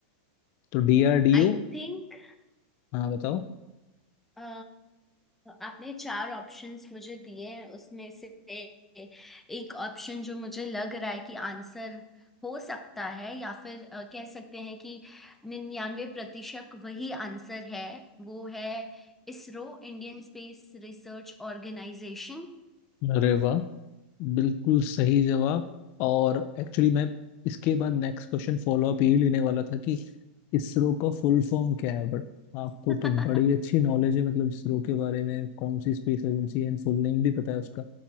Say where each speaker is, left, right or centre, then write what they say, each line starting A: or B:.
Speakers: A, on the left; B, in the centre.
A: तो डी आर डी
B: I
A: ओ
B: think
A: हाँ बताओ
B: अ, आपने चार ऑप्शंस मुझे दिए हैं उसमें से ए- एक ऑप्शन जो मुझे लग रहा है कि आंसर हो सकता है या फिर अ, कह सकते हैं कि निन्यानवे प्रतिशत वही आंसर है वो है ISRO Indian space research organisation
A: अरे वाह बिल्कुल सही जवाब और एक्चुअली मैं इसके बाद नेक्स्ट क्वेश्चन फॉलो अप यही लेने वाला था कि इसरो का फुल फॉर्म क्या है बट आपको
B: <laughs>
A: तो बड़ी अच्छी नॉलेज है मतलब इसरो के बारे में कौन सी स्पेस एजेंसी है एंड फुल नेम भी पता है उसका